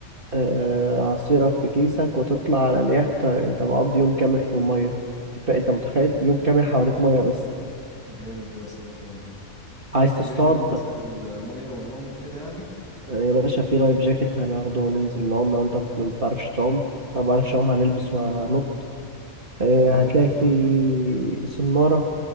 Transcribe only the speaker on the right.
آه، عصيرك في كيسك وتطلع على اليخت انت مقضي يوم كامل في المية فأنت متخيل يوم كامل حواليك مية بس
عايز تصطاد
آه، يا باشا في لايف جاكيت هناخده وننزل نعوم لو انت ما بتعرفش تعوم انا ما بعرفش اعوم هنلبس وهنط آه،
هتلاقي
في سنارة